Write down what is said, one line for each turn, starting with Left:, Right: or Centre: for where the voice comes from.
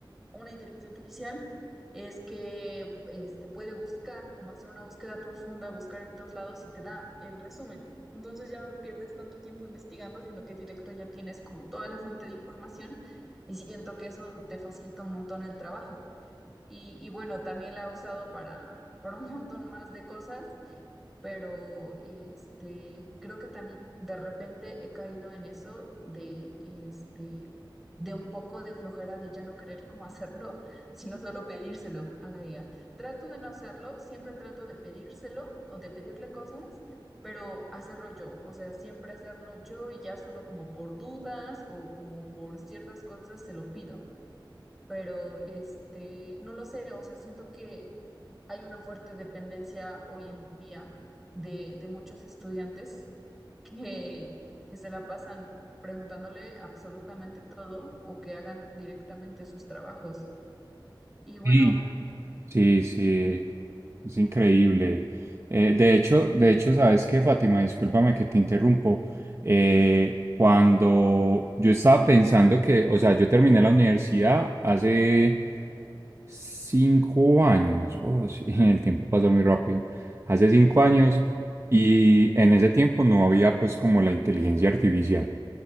Centre: una inteligencia artificial es que este, puede buscar, como hacer una búsqueda profunda, buscar en todos lados y te da el resumen. Entonces ya no pierdes tanto tiempo investigando, sino que directo ya tienes como toda la fuente de información y siento que eso te facilita un montón el trabajo. Y, y bueno, también la he usado para, para un <laughs> montón más de cosas, pero este, creo que también de repente he caído en eso de, este, de un poco de flojera de ya no querer como hacerlo, sino solo pedírselo a la IA. Trato de no hacerlo, siempre trato de pedírselo o de pedirle cosas, pero hacerlo yo, o sea, siempre hacerlo yo y ya solo como por dudas o como por ciertas cosas se lo pido pero este, no lo sé, o sea, siento que hay una fuerte dependencia hoy en día de, de muchos estudiantes que, que se la pasan preguntándole absolutamente todo o que hagan directamente sus trabajos. Y bueno,
Right: Sí. Sí, sí, es increíble. Eh, de hecho, de hecho, ¿sabes qué, Fátima? Discúlpame que te interrumpo. Eh, cuando yo estaba pensando que, o sea, yo terminé la universidad hace cinco años. Oh, sí, <laughs> el tiempo pasa muy rápido. Hace cinco años y en ese tiempo no había pues como la inteligencia artificial.